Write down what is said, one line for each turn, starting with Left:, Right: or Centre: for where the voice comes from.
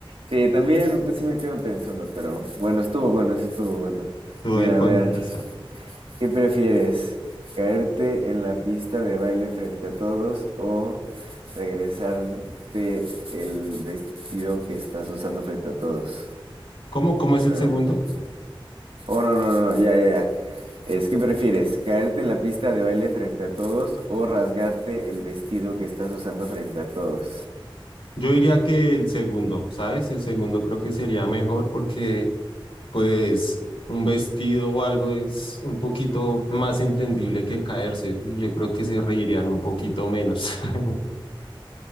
Right: Sí, también pues sí me quedo pensando, pero bueno, estuvo bueno, eso estuvo bueno.
Left: Tuve
Right: Mira,
Left: cuando
Right: a ver.
Left: pensar.
Right: ¿Qué prefieres? ¿Caerte en la pista de baile frente a todos o regresarte el vestido que estás usando frente a todos?
Left: ¿Cómo, cómo es el
Right: ¿Verdad?
Left: segundo?
Right: Oh, no, no, no, ya, ya, ya. Es que prefieres caerte en la pista de baile frente a todos o rasgarte el vestido que estás usando frente a todos.
Left: Yo diría que el segundo, ¿sabes? El segundo creo que sería mejor porque, pues, un vestido o algo es un poquito más entendible que caerse. Y yo creo que se reirían un poquito menos. <laughs>